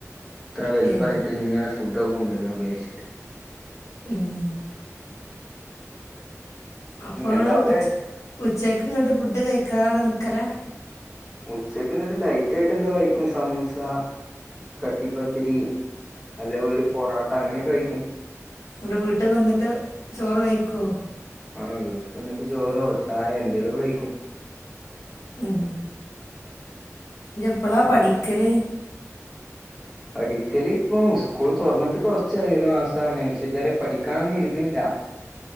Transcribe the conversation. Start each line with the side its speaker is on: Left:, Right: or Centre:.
Centre: ത്ര വൽപ്പായിട്ട്
Left: എൻ
Centre: ങ്ങനെ ഫുഡ്ഡോക്കെ കൊണ്ടുവരുന്നൊക്കെ വിചാര ച്ചിട്ട്
Left: ഉം അപ്പൊ
Centre: പിന്നെന്താ
Left: ങ്ങള്
Centre: അവിടെ
Left: ഉച് ഉച്ചക്ക് ങ്ങട്ട് ഫുഡ് കഴിക്കാതെ നിക് ക്കലെ
Centre: ഉച്ചക്ക് ന്നട്ട് ലൈറ്റ് ആയിട്ട് എന്താ കഴിക്കും സമൂസ കട്ടിപ്പത്തിരി അല്ലെ ഒര് പൊറോട്ട അങ്ങനെയൊക്കെ കഴിക്കും
Left: വ്ടെ വീട്ടി വന്നിട്ട് ചോറ് കഴിക്കോ
Centre: ആ വീട്ട് വന്നിട്ട് ചോറോ ചായേ എന്തേലുക്കെ കഴിക്കും
Left: ഉം യ് എപ്പളാ
Centre: ഉം.
Left: പഠിക്കല്
Centre: പഠിക്കല് ഇപ്പോ സ്കൂൾ തൊറന്നിട്ട് കുറച്ചായി ഒരു മാസംആയിനെ ക്ഷെ ഇതുവരെ പഠിക്കാന് ഇരുന്നില്ല